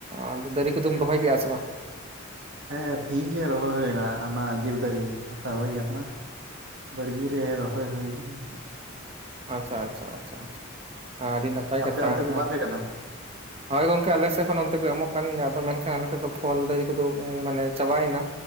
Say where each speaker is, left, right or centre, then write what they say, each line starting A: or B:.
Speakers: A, on the right; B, on the right.
A: ᱟᱫᱚ ᱫᱟᱨᱮ ᱠᱚᱫᱚᱢ ᱨᱚᱦᱚᱭ ᱠᱮᱜ-ᱟ ᱥᱮ ᱵᱟᱝ?
B: ᱦᱮᱸ ᱛᱤᱦᱤᱧ ᱜᱮ ᱨᱚᱦᱚᱭ ᱦᱩᱭᱱᱟ ᱚᱱᱟ ᱟᱸᱡᱤᱨ ᱫᱟᱨᱮ ᱦᱟᱛᱟᱣ ᱦᱩᱭᱮᱱ ᱛᱟᱦᱮᱱᱟ᱾ ᱵᱟᱲᱜᱤ ᱨᱮ ᱨᱚᱦᱚᱭ ᱦᱩᱭ ᱟᱠᱟᱱᱟ ᱦᱟᱸᱜ ᱾
A: ᱟᱪᱪᱷᱟ ᱟᱪᱪᱷᱟ ᱟᱪᱪᱷᱟ ᱟᱹᱰᱤ ᱱᱟᱯᱟᱭ
B: ᱟᱯᱮ
A: ᱠᱟᱛᱷᱟ
B: ᱚᱱᱛᱮ ᱠᱚ
A: ᱦᱮ,
B: ᱮᱢᱟ ᱯᱮ ᱠᱟᱱᱟ
A: ᱦᱳᱭ ᱜᱚᱝᱠᱮ ᱟᱞᱮᱥᱮᱫ ᱦᱚᱸ ᱱᱚᱱᱛᱮ ᱠᱚ ᱮᱢᱚᱜ ᱠᱟᱱ ᱜᱮᱭᱟ, ᱟᱫᱚ ᱢᱮᱱᱠᱷᱟᱱ ᱟᱞᱮ ᱥᱮᱫ ᱫᱚ ᱯᱷᱚᱞ ᱫᱟᱨᱮ ᱠᱚᱫᱚ ᱢᱟᱱᱮ ᱪᱟᱵᱟᱭᱮᱱᱟ᱾